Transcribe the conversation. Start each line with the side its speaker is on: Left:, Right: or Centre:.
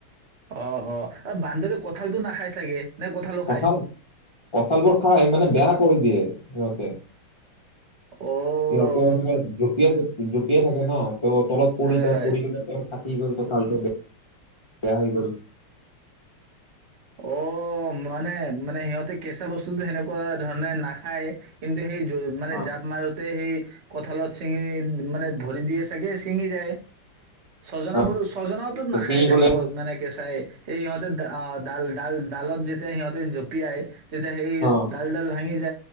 Right: অঁ অঁ আৰু বান্দৰে কঁঠালতটো নাখাই চাগে নে কঁঠালো খায়
Left: কঠাল কঠাল বোৰ খাই মানে বেয়া কৰি দিয়ে সিহঁতে সিহঁতে
Right: অ'
Left: বোলে জপিয়াই জপিয়াই জঁপিয়াই থাকে ন তো তলত পৰি
Right: হয়
Left: যায়
Right: হয়
Left: পৰি গ ফাটি গ'ল কঁঠালটো বেয়া হৈ গল
Right: অঁ অঁ মানে মানে সিহঁতে কেঁচা বস্তুটোো সেনেকুৱ ধৰণে নাখায় কিন্তু সেই মানে
Left: অ
Right: জাপ মাৰোতে সেই কঁঠালত ছিঙি মানে ধৰি দিয়ে চাগে ছিঙি যায় ছজাবোৰো
Left: অ
Right: ছজনাওতো
Left: ত
Right: নাখায়
Left: ছিঙি
Right: চাগে
Left: গ'লে
Right: ক মানে কেচাই সিহঁতেও অঁ ডাল ডাল ডালত যেতিয়া সিহঁতে জঁপিয়াই তেতিয়া সেই
Left: অ
Right: ডাল ডাল ভাঙি য